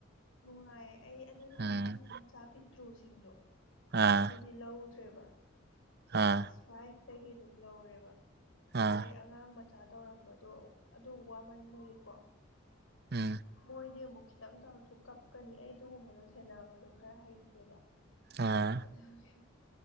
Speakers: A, on the left; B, on the right.
A: ꯅꯨꯡꯉꯥꯏꯌꯦ ꯑꯩ ꯑꯗꯨꯅ
B: ꯎꯝ
A: ꯑꯉꯥꯡ ꯃꯆꯥ ꯄꯤꯛꯇ꯭ꯔꯨꯁꯤꯡꯗꯣ
B: ꯑꯥ
A: ꯑꯗꯨꯗꯤ ꯂꯧꯗ꯭ꯔ ꯀ꯭ꯂꯥꯁ
B: ꯑꯥ
A: ꯐꯥꯏꯚꯇꯒꯤ ꯑꯗꯨꯝ ꯂꯧꯔꯦꯕ
B: ꯑꯥ
A: ꯑꯩ ꯑꯉꯥꯡ ꯃꯆꯥ ꯇꯧꯔꯝꯕꯗꯣ ꯑꯗꯨ ꯋꯥꯃꯟꯕꯒꯤꯀꯣ
B: ꯎꯝ
A: ꯃꯣꯏꯗꯤ ꯑꯃꯨꯛ ꯈꯤꯇꯪ ꯇꯧꯔꯁꯨ ꯀꯞꯀꯅꯤ ꯑꯩ ꯑꯗꯨꯒꯨꯝꯕꯗꯣ ꯁꯦꯅꯕꯗꯣ ꯈꯔ ꯍꯩꯇꯦꯕ
B: ꯑꯥ
A: ꯑꯦ